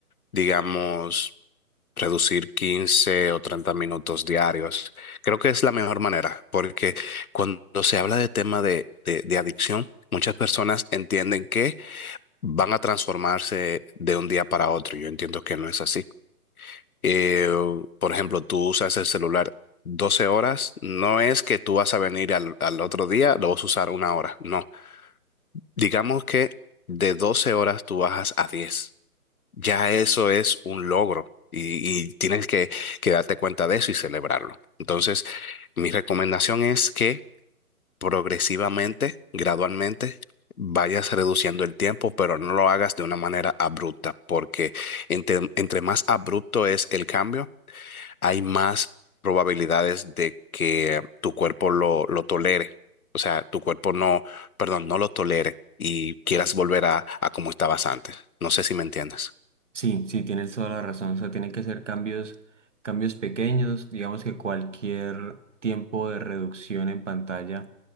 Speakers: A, on the left; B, on the right.
A: digamos, reducir 15 o 30 minutos diarios. Creo que es la mejor manera, porque cuando se habla de tema de, de de adicción, muchas personas entienden que van a transformarse de un día para otro. Yo entiendo que no es así. Eh, por ejemplo, tú usas el celular 12 horas, no es que tú vas a venir al, al otro día, lo vas a usar una hora, no. Digamos que de 12 horas tú bajas a 10, Ya eso es un logro y, y tienes que, que darte cuenta de eso y celebrarlo. Entonces, mi recomendación es que progresivamente, gradualmente, vayas reduciendo el tiempo, pero no lo hagas de una manera abrupta, porque entre, entre más abrupto es el cambio, hay más probabilidades de que tu cuerpo lo, lo tolere. O sea, tu cuerpo no, perdón, no lo tolere y quieras volver a, a como estabas antes. No sé si me entiendes.
B: Sí, sí, tienes toda la razón. O sea, tienen que ser cambios, cambios pequeños. Digamos que cualquier tiempo de reducción en pantalla